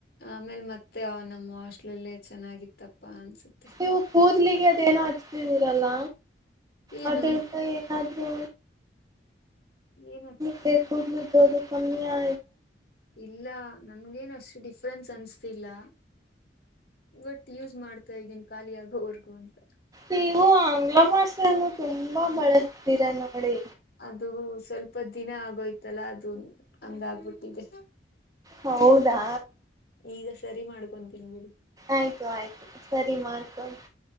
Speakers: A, on the left (about 60°); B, on the right (about 20°).
A: ಆಮೇಲ್ ಮತ್ತೆ ಅವ ನಮ್ಮ ಹಸ್ಟ್ಲಲ್ಲ ಚೆನ್ನಾಗಿತ್ತಪ್ಪ ಅನ್ಸುತ್ತೆ
B: ನೀವು ಕೂದ್ಲಿಗೆ ಅದೇನೋ ಹಚ್ತಿದಿರಲ್ಲ
A: ಏನು
B: ಅದ್ರಿಂದ ಏನಾದ್ರೂ
A: ಏನ್ ಅನ್ಸುತ್ತೆ
B: ಫೇಕೂಡ್ ನಿ ಜೊದು ಕ ನೀ ಆ
A: ಇಲ್ಲ ನನ್ಗೇನು ಅಷ್ಟು ಡಿಫ್ರೆನ್ಸ್ ಅನ್ಸ್ತಿಲ್ಲ. ಬಟ್ ಯೂಸ್ ಮಾಡ್ತಾ ಇದ್ದೀನಿ ಖಾಲಿಯಾಗೋವರ್ಗೂ ಅಂತ.
B: ನೀವು ಆಂಗ್ಲ ಭಾಷೆಯನ್ನು ತುಂಬಾ ಬಳಸ್ತೀರ ಎಲ್ಲ ಕಡೆ.
A: ಅದು ಸ್ವಲ್ಪ ದಿನ ಆಗೋಯ್ತಲ್ಲ ಅದು ಹಂಗಾಗ್ಬಿಟ್ಟಿದೆ.
B: ಹೌದಾ.
A: ಈಗ ಸರಿ ಮಾಡ್ಕೊಂತೀನ್ ಬಿಡಿ.
B: ಆಯ್ತು ಆಯ್ತು ಸರಿ ಮಾಡ್ಕೊಳ್ಳಿ.